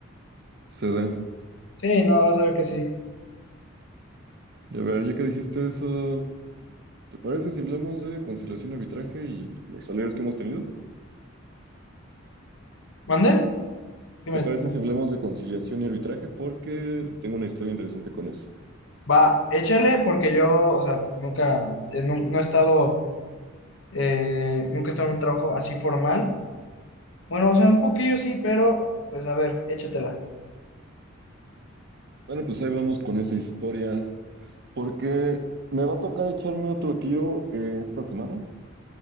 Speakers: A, on the right (about 55°); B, on the left (about 65°).
A: se dé.
B: Sí, no, vas a ver que sí.
A: Y A ver, ya que dijiste eso, ¿Te parece si hablamos de conciliación y arbitraje y los salarios que hemos tenido?
B: ¿Mande? Sí me-
A: ¿Te parece si hablamos de conciliación y arbitraje? Porque tengo una historia interesante con eso.
B: Va, échale porque yo, o sea, nunca, eh, nun- no, he estado, eh, nunca he estado en un trabajo así formal. Bueno, o sea, un poquillo sí, pero pues a ver, échatela.
A: Bueno, pues ahí vamos con esa historia, porque me va a tocar echarme otro tiro eh, esta semana,